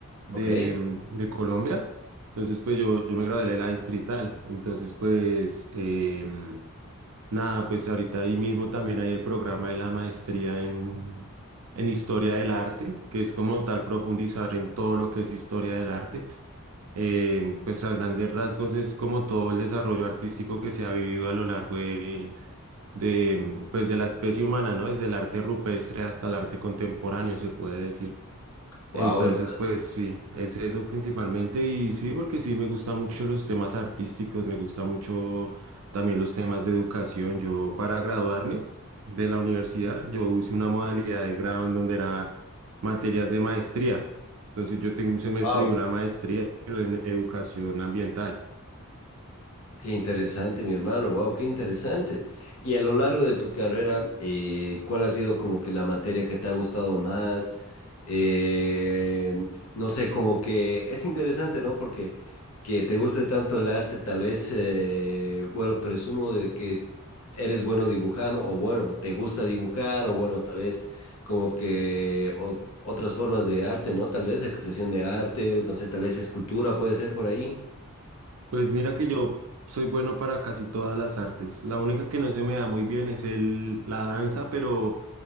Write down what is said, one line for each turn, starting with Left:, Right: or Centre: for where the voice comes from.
Right: de,
Left: Ok.
Right: mm, de Colombia. Entonces, pues yo, yo me gradué de la distrital. Entonces, pues, em, nada, pues ahorita ahí mismo también hay el programa de la maestría en, en historia del arte, que es como tal profundizar en todo lo que es historia del arte. Eh, pues a grandes rasgos es como todo el desarrollo artístico que se ha vivido a lo largo de, de, pues de la especie humana, ¿no? Desde el arte rupestre hasta el arte contemporáneo, se puede decir.
Left: Wow,
Right: Entonces,
Left: hermano.
Right: pues sí, es eso principalmente. Y sí, porque sí, me gustan mucho los temas artísticos, me gusta mucho también los temas de educación. Yo para graduarme de la universidad, yo hice una modalidad de grado en donde era materias de maestría. Entonces, yo tengo un semestre
Left: Wow.
Right: y una maestría, pero en educación ambiental.
Left: Qué interesante, mi hermano, wow, qué interesante. Y a lo largo de tu carrera, eh, ¿cuál ha sido como que la materia que te ha gustado más? Eh, no sé, como que es interesante, ¿no? Porque que te guste tanto el arte, tal vez, eh, bueno, presumo de que eres bueno dibujando, o bueno, te gusta dibujar, o bueno, tal vez como que o- otras formas de arte, ¿no? Tal vez expresión de arte, no sé, tal vez escultura puede ser por ahí.
Right: Pues mira que yo soy bueno para casi todas las artes. La única que no se me da muy bien es el, la danza, pero